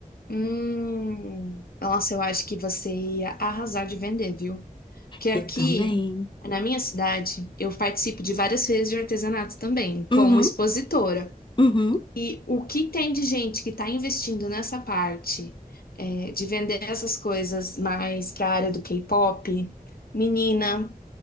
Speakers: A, on the left; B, on the left.
A: Hum, nossa, eu acho que você ia arrasar de vender, viu? Porque aqui,
B: Eu também.
A: na minha cidade, eu participo de várias feiras de artesanato também, como
B: Uhum,
A: expositora.
B: uhum.
A: E o que tem de gente que está investindo nessa parte, é, de vender essas coisas mais para a área do K-pop, menina,